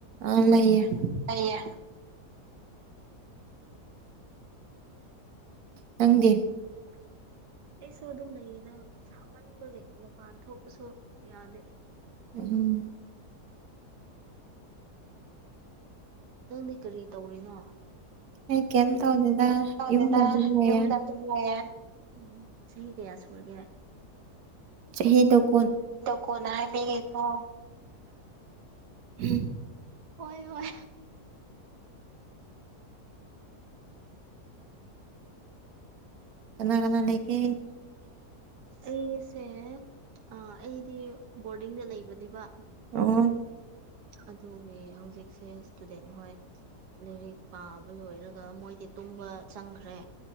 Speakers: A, on the right (about 65°); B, on the right (about 85°).
A: ꯑ ꯂꯩꯌꯦꯦ
B: ꯂꯩꯌꯦ
A: ꯅꯪꯗꯤꯦ
B: ꯁꯨ ꯑꯗꯨꯝ ꯅꯌꯦꯗ ꯑꯃꯟꯕꯒꯤ ꯃꯄꯥꯟ ꯊꯣꯛꯄꯁꯨ ꯌꯥꯗꯦ
A: ꯎꯝ
B: ꯅꯪꯗꯤ ꯀꯔꯤ ꯇꯧꯔꯤꯅꯣ
A: ꯑꯩ ꯀꯩꯝ
B: ꯀꯔꯤ
A: ꯇꯧꯗꯦꯗ
B: ꯁꯨꯔꯦ
A: ꯌꯨꯝꯗ ꯑꯗꯨꯝ ꯂꯩꯌꯦ
B: ꯎꯝ ꯆꯍꯤ ꯀꯌꯥ ꯁꯨꯔꯒꯦ
A: ꯍ ꯗꯣꯛ
B: ꯗ ꯀꯣꯟꯅꯥꯒꯀꯣ
A: ꯎꯝ
B: ꯍꯣꯏ ꯍꯣꯏ
A: ꯀꯅꯥ ꯀꯅꯥ ꯂꯩꯀ
B: ꯑꯩꯁꯦ ꯑꯩꯗꯤ ꯕꯣꯔꯗꯤꯡꯗ ꯂꯩꯕꯅꯦꯕ
A: ꯑꯣ
B: ꯑꯗꯨꯒꯤ ꯍꯧꯖꯤꯛꯁꯦ ꯏꯁꯇꯨꯗꯦꯟ ꯍꯣꯏ ꯂꯥꯏꯔꯤꯛ ꯄꯥꯕ ꯂꯣꯏꯔꯒ ꯃꯣꯏꯗꯤ ꯇꯨꯝꯕ ꯆꯪꯈ꯭ꯔꯦ